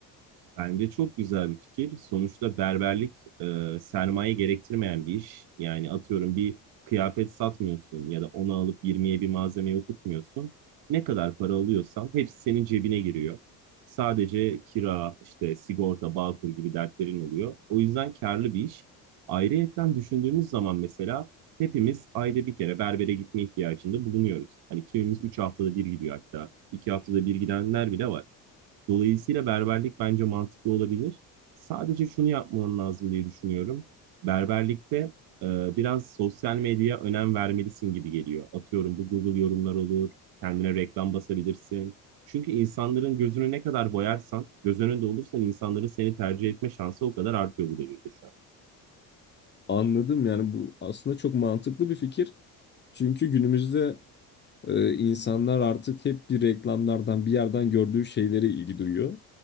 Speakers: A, on the right; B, on the left.
A: Bence çok güzel bir fikir. Sonuçta berberlik e, sermaye gerektirmeyen bir iş. Yani atıyorum bir kıyafet satmıyorsun ya da onu alıp yirmiye bir malzeme okutmuyorsun. Ne kadar para alıyorsan hepsi senin cebine giriyor. Sadece kira, işte sigorta, bağkur gibi dertlerin oluyor. O yüzden karlı bir iş. Ayrıyetten düşündüğümüz zaman mesela hepimiz ayda bir kere berbere gitme ihtiyacında bulunuyoruz. Hani kimimiz 3 haftada bir gidiyor hatta. 2 haftada bir gidenler bile var. Dolayısıyla berberlik bence mantıklı olabilir. Sadece şunu yapman lazım diye düşünüyorum. Berberlikte e, biraz sosyal medyaya önem vermelisin gibi geliyor. Atıyorum bu Google yorumlar olur, kendine reklam basabilirsin. Çünkü insanların gözünü ne kadar boyarsan, göz önünde olursan insanların seni tercih etme şansı o kadar artıyor bu devirde şu an.
B: Anladım yani bu aslında çok mantıklı bir fikir. Çünkü günümüzde e, insanlar artık hep bir reklamlardan bir yerden gördüğü şeylere ilgi duyuyor.